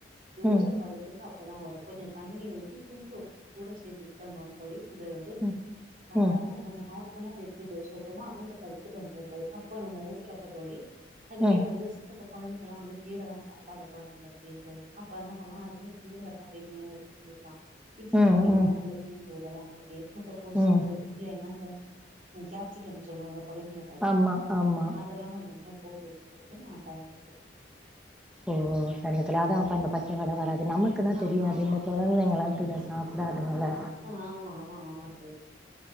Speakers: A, on the right (about 45°); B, in the centre.
A: தோசை
B: ம்
A: பாதத்துக்கு அ அப்போதான் வரும் கொஞ்சோ தண்ணி ஊத்தி கொஞ்சோ உப்பு கூட சேர்த்துக்கிட்டு அந்த ஒன் தோழி அந்த வந்து
B: ம்
A: சாதாரணமா
B: ம்
A: நம்ம ஆ நம்மலாம் எப்டி தோச ஊத்தனுமோ அந்த பதத்துக்கு வந்துடும் தோழி அப்ப நம்ம ஊத்துறப்ப தோழி அதுலயே
B: ம்
A: வந்து சின்ன ப கொழந்தைகலாம் வந்து ஜீரகம் சாப்பிடாத குழந்தைங்க சேரி தோழி அப்ப என்ன பண்லாம் அதுல ஜீரகத்தைப்ப மேலச்சு செஞ்சிறலாம் இடிச்ச
B: ம்
A: கூடிய
B: ம்
A: மாவுல தூங்கி ஓடலாம் தோழி முட்ட கோசு
B: ம்
A: இல்ல என்னங்க அ கேப்சிக்கம்னு சொல்லுவாங்கல குறைங்க
B: ஆமா ஆமா
A: அதெல்லா கொஞ்ச கொஞ்சோ போட் வச்சுடு கூட நா பயன்படுத்துவ
B: ஓ சரிங்க தோழி அதா அப்ப அந்த பச்சவாட வராது நமக்குனா
A: ஆ
B: தெரியாது
A: ஆமா
B: இந்த கொ ழந்தைங்களா தின்ற ஸ்நாக்ஸ் தான் அதுங்கள
A: ஆ ஆமா ஆமா ஆமா தோழி